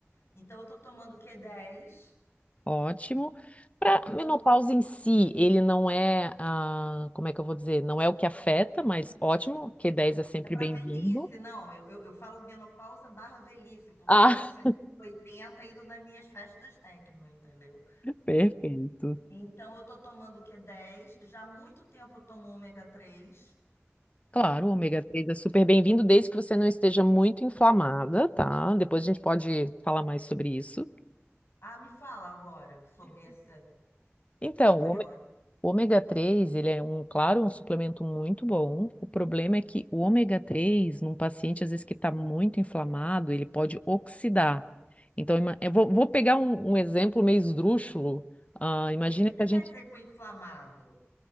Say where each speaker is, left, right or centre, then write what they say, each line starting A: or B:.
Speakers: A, on the left (about 65°); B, on the left (about 30°).
A: então eu estou tomando o q dez.
B: Ótimo. Para
A: tô-
B: menopausa em si, ele não é, ah, como é que eu vou dizer? Não é o que afeta, mas ótimo, q dez é sempre
A: é para
B: bem-vindo.
A: velhice, não, eu, eu, eu falo menopausa barra velhice, porque
B: Ah,
A: eu quero chegar aos 80 indo nas minhas festas tecno, entendeu?
B: <laughs> perfeito.
A: Então eu estou tomando o q dez. já há muito tempo eu tomo ômega 3.
B: Claro, o ômega 3 é super bem-vindo, desde que você não esteja muito inflamada, tá? Depois a gente pode falar mais sobre isso.
A: Ah, me fala agora sobre essa,
B: Então,
A: fiquei curiosa.
B: o O ômega 3, ele é um, claro, um suplemento muito bom. O problema é que o ômega 3, num paciente, às vezes, que está muito inflamado, ele pode oxidar. Então, ima- eu vou, vou pegar um, um exemplo meio esdrúxulo. Ah, imagina
A: O que que
B: que
A: você
B: a
A: quer
B: gente.
A: dizer com inflamado?